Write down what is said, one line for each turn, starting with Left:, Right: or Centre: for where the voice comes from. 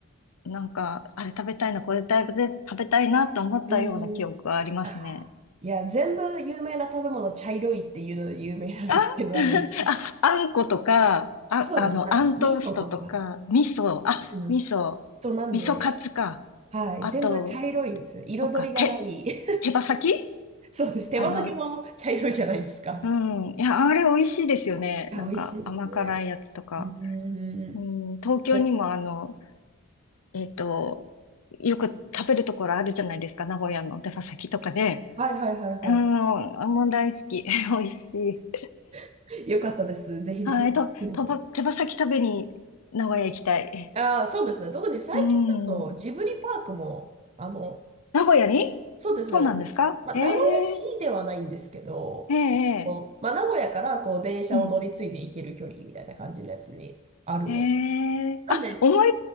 Left: なんか、あれ食べたいな、これ食べ食べたいなと思ったような記憶がありますね。
Right: <laughs> うん。ああ。いや、全部有名な食べ物、茶色いっていうので有名なんですけど、
Left: あ、<laughs>
Right: 名古屋って。
Left: あ、あんことか、あ、
Right: そうです。
Left: あの、
Right: なんか、
Left: あんトーストとか、
Right: 味噌とか。
Left: 味噌、あ、
Right: うん。
Left: 味噌、
Right: そうなんで、
Left: 味噌カツか。
Right: はい、
Left: あと、
Right: 全部茶色いんですよ。彩りがない。
Left: とか、手、
Right: <laughs>
Left: 手羽先
Right: そうです。手羽先も茶色いじゃないですか。
Left: あの、うん。いや、あれ美味しいですよね。
Right: いや、
Left: なんか甘辛いやつとか。
Right: 美味しいですね。うーん。
Left: うん、
Right: い
Left: 東京にもあの、
Right: や、
Left: えっと、よく食べるところあるじゃないですか。名古屋の手羽先とかで。
Right: はいはいはいはい。
Left: うん、もう大好き。<laughs> 美味しい。
Right: <laughs> よかったです。
Left: <laughs>
Right: ぜひぜひ見てください。
Left: はい、と、とば、手羽先食べに名古屋行きたい。
Right: ああ、そうですね。特に最近だとジブリパークも、
Left: うん。
Right: あの、
Left: 名古屋にそうなんですかえ
Right: そうです。まあ、名古屋市ではないんですけど、
Left: えええええ
Right: こうまあ、名古屋からこう電車を乗り継いで行ける距離みたいな感じのやつにあるので。
Left: うん。ええあ、
Right: なんで、
Left: 思い、